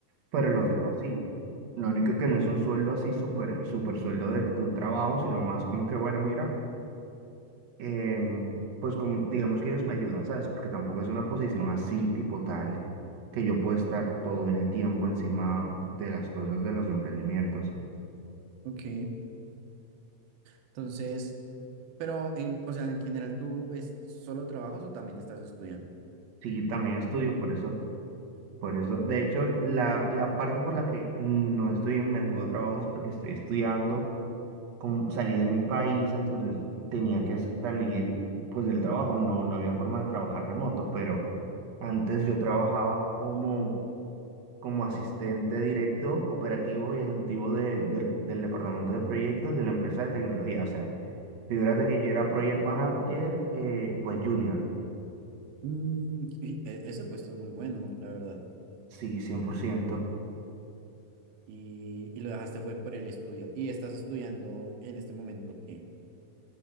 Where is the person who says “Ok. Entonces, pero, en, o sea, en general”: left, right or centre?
Right